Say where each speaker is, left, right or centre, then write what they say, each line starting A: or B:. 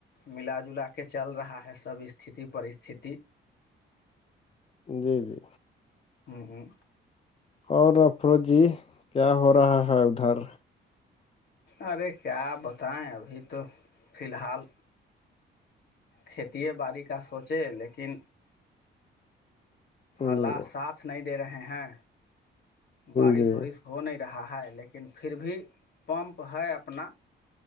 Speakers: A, on the left; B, on the left.
A: ملا جلا کے چل رہا ہے سب استھی پرستستھی
B: جی جی
A: ہوں ہوں
B: اور افروج جی کیا ہو رہا ہے ادھر
A: ارے کیا آپ بتائیں ابھی تو فی الحال کھیتیے باڑی کا سوچے لیکن
B: جی
A: اللہ ساتھ نہیں دے رہے ہیں بارش
B: جی
A: وورش ہو نہیں رہا ہے لیکن پھر بھی پمپ ہے اپنا